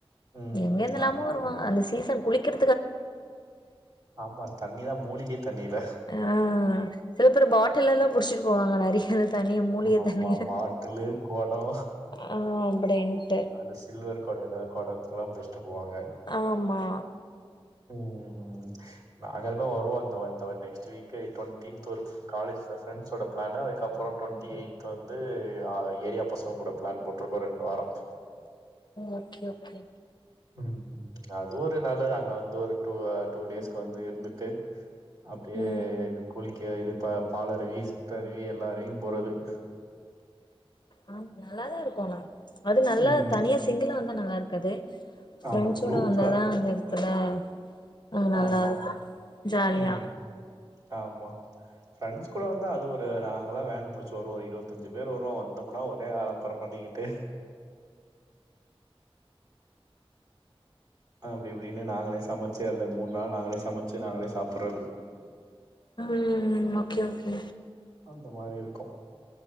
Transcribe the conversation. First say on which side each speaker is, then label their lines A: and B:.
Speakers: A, on the right; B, on the left.
A: ம்
B: எங்க இருந்து எல்லாமோ
A: ஆமா
B: வருவாங்க
A: ஆமா
B: அந்த சீசன் குளிக் <unintelligible>
A: ஆமா தண்ணிதா மூலிகைத் தண்ணிலே
B: ஆ சில பேரு பாட்டில்லல புடிச்சிட்டு போவாங் நிறைய தண்ணி மூலிகை
A: ஆமா
B: தண்ணி
A: பாட்டிலு கொடோ
B: ஆஹ் அப்டிண்டு
A: அந்த சில்வர் கொட ஏதாவது குடத்தெல்லாம் புடிச்சிட்டு போவாங்க.
B: ஆமா
A: ம், ம் அங்கிருந்து வருவாங்க நெக்ஸ்ட் வீக் டுவெண்டீன்த் ஒரு காலேஜ் ஃபிரெண்ட்ஸோட பிளானு அதுக்கப்புற டுவெண்ட்டி எய்த் வந்து ஏரியா பசங்க கூட பிளான் போட்டிருக்கோ ரெண்டு வாரோம்
B: ஓகே ஓகே
A: ம் அது ஒரு நல்லது அங்க வந்து ஒரு டூ டூ டேஸ்க்கு வந்து இருந்துட்டு அப்டியே
B: ம்
A: குளிக் இ இது பா பாலருவி சிற்றருவி எல்லா அருவியும் போறது <inaudible>
B: ஆமா நல்லாதான் இருக்கும் ஆனா அது நல்லா
A: ம்.
B: தனியா சிங்குலா வந்த ந பார்க்கது ஃபிரெண்ஷ்ஷோட
A: ஆமா குரூப்
B: வந்தாதா
A: தான்.
B: அந்த அப்புற <unintelligible> அஹ நல்லா
A: ஆமா.
B: இருக்கும் ஜாலியா
A: ம். ஆமா ஃப்ரெண்ட்ஸ் கூட வந்தா அது ஒரு நாங்க எல்லாம் வேன் புடிச்சு வரும் ஒரு இருபத்து அஞ்சு பேர் வருவோம் வந்தோம்னா ஒரே ஆலப்பறம் பண்ணிக்கிட்டு அப்படி இப்படின்னு நாங்களே சமைச்சு அந்த மூணு நாள் நாங்களே சமைச்சு நாங்களே சாப்பிடடுறது
B: உம் ஓகே ஓகே
A: அந்த மாதிரி இருக்கும்